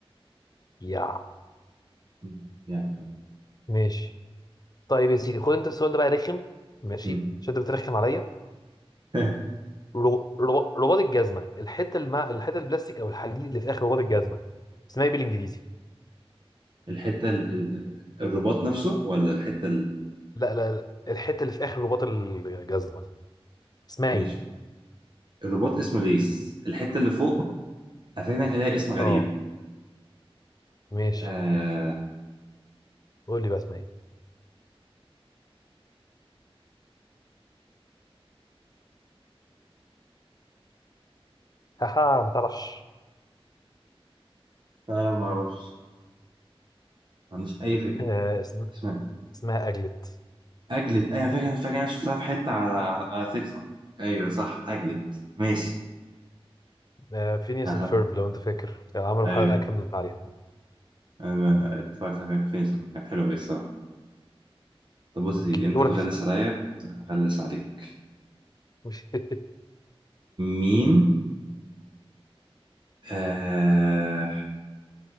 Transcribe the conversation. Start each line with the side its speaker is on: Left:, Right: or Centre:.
Left: يا
Right: مم. يعني فاهم.
Left: ماشي طيب يا سيدي خد انت السؤال ده بقى رخم ماشي
Right: مم.
Left: عشان انت بترخم عليا
Right: <laughs>
Left: رو... رو... رباط الجزمه الحته اللي مع الحته البلاستيك او الحديد اللي في اخر رباط الجزمه اسمها ايه بالانجليزي
Right: الحتة ال... ال- الرباط نفسه ولا الحتة ال...
Left: لا لا لا الحته اللي في اخر رباط الجزمه اسمها
Right: ماشي
Left: ايه
Right: الرباط اسمه ليس الحتة اللي فوق هفهمك هلاقي اسم غريب
Left: اه ماشي
Right: آه...
Left: قول لي بقى اسمها ايه هاها ما تعرفش
Right: فعلا ما اعرفش ما عنديش اي فكرة
Left: آه اسم...
Right: اسمها ايه
Left: اسمها اجلت
Right: اجلت ايوه فاكر فاكر انا شفتها في حتة على على, على تيك توك ايوه صح اجلت ماشي
Left: آه فينيس
Right: حسن
Left: اند فيرب لو انت فاكر كانوا عملوا
Right: ايوه
Left: حلقه كامله عليها
Right: انا اتفرجت على فيلم كان حلو قوي الصراحة طب بص يا
Left: اوكي
Right: سيدي انت
Left: دورك
Right: بتغلس
Left: يا سيدي
Right: عليا انا هغلس عليك
Left: <laughs>
Right: مين آه...